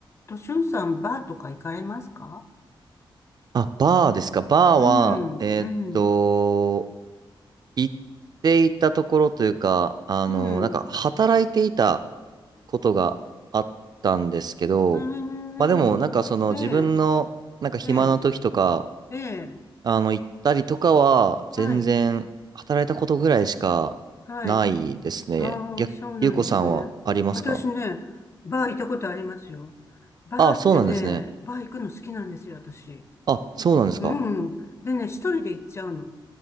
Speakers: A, on the left; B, on the right.
A: と、しゅんさん、バーとか行かれますか
B: あ、バーですか。バーは、
A: うん、
B: えーっと、
A: うん、
B: 行っていたところというか、あの、
A: うん、
B: なんか働いていたことがあったんですけど、
A: うん。
B: まあでも、なんかその自分の、
A: ええ、
B: なんか暇な時とか、
A: ええ、ええ、ええ
B: あの、行ったりとかは、全然働いたことぐらいしかないですね。
A: はい、はい。ああ、
B: 逆、
A: そうなんですね。
B: ゆうこさんはありますか
A: 私ね、バー行ったことありますよ。バーってね、
B: あ、そうなんですね。
A: バー行くの好きなんですよ、私。
B: あ、そうなんですか。
A: うん。でね、一人で行っちゃうの。